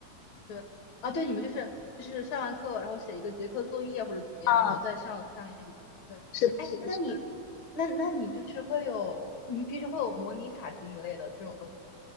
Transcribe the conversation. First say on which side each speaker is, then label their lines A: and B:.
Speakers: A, on the left (about 50°); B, on the left (about 80°).
A: 对啊，对，你们就是就是上完课，然后写一个结课作业或者怎么样，
B: 啊，
A: 然后再上上一门。对，
B: 是的，
A: 哎，
B: 是的。
A: 那你那那你就是会有你们平时会有模拟法庭一类的这种东西